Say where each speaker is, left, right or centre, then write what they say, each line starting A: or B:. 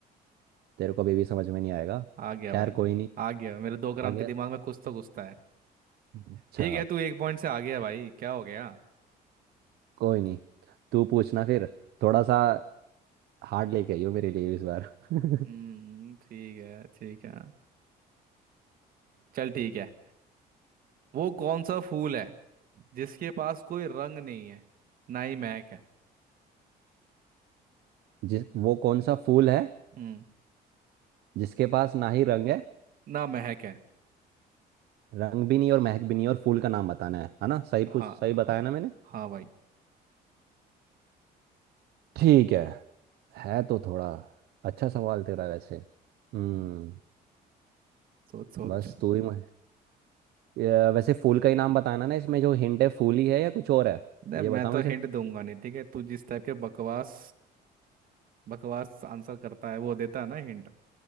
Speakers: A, on the right; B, on the right.
A: तेरे को अभी भी समझ में नहीं आएगा
B: आ गया
A: खैर
B: भाई
A: कोई नहीं
B: आ गया मेरे दो ग्राम
A: आ गया
B: के दिमाग में कुछ तो घुसता है
A: अच्छा
B: ठीक है तू एक पॉइंट से आ गया भाई क्या हो गया
A: कोई नहीं तू पूछना फिर थोड़ा सा हार्ड लेके आइयो मेरे लिए इस बार <laughs> हम्म
B: हम्म ठीक है ठीक है चल ठीक है वो कौन सा फूल है जिसके पास कोई रंग नहीं है ना ही महक है
A: जिस वो कौन सा फूल है
B: हम्म
A: जिसके पास ना ही रंग है
B: ना महक है
A: रंग भी नहीं और महक भी नहीं और फूल का नाम बताना है है ना सही पूछ
B: हाँ
A: सही
B: हाँ
A: बताया ना मैंने
B: हाँ भाई
A: ठीक है है तो थोड़ा अच्छा सवाल तेरा वैसे हम्म
B: सोच सोच
A: बस तू ही मैं ये वैसे फूल का ही नाम बताना ना इसमें जो हिंट है फूल ही है या कुछ और है
B: नहीं
A: ये
B: मैं
A: बता
B: तो
A: मुझे
B: हिंट दूंगा नहीं ठीक है तू जिस टाइप के बकवास बकवास आंसर करता है वो देता है ना हिंट